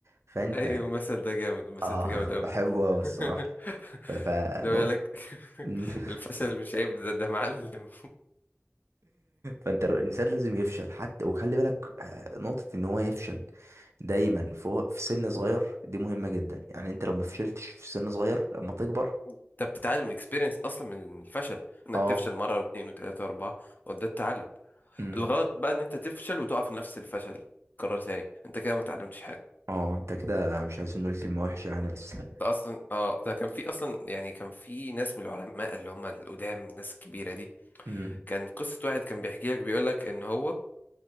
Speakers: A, on the right; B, on the left.
A: فانت
B: ايوه المثل ده جامد المثل
A: اه
B: ده جامد
A: <laughs>
B: قوي
A: بحبه أوي
B: <laughs>
A: الصراحة ف- فنقطة
B: لو يقول لك
A: <laughs>
B: <laughs> الفشل مش عيب ده ده معلم
A: فانت الر- الانسان لازم يفشل حتى وخلي بالك آه، نقطة ان هو يفشل دايما في هو- في سن صغير دي مهمة جدا يعني انت لو ما فشلتش في سن صغير لما تكبر
B: انت بتتعلم من الاكسبيرينس اصلا من الفشل انك
A: اه
B: تفشل مره واثنين وثلاثه واربعه وده التعلم
A: امم
B: الغلط بقى ان انت تفشل وتقع في نفس الفشل قرار ثاني انت كده ما اتعلمتش حاجه
A: اه انت كده مش عايزين نقول كلمة وحشة يعني بس
B: ده
A: <laughs>
B: اصلا اه ده كان في اصلا يعني كان في ناس من العلماء اللي هم القدام الناس الكبيره دي
A: امم
B: كان قصه واحد كان بيحكي لك بيقول لك ان هو